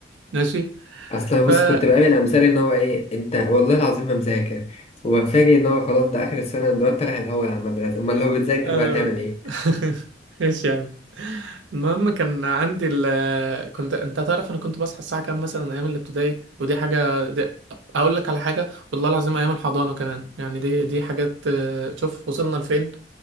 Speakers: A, on the right (about 80°); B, on the left (about 35°).
A: ماشي
B: اصل أنا
A: ف
B: بص
A: <laughs>
B: كنت بقابل امثال ان هو ايه انت والله العظيم ما مذاكر وفاجئ ان هو خلاص ده اخر السنه ده انت رايح الاول على المدرسه امال لو بتذاكر
A: آه.
B: بقى تعمل ايه
A: <laughs> ايش يا عم المهم كان عندي ال كنت انت تعرف انا كنت بصحى الساعه كام مثلا ايام الابتدائي ودي حاجه دي... اقول لك على حاجه والله العظيم ايام الحضانه كمان يعني دي دي حاجات آه، شوف وصلنا لفين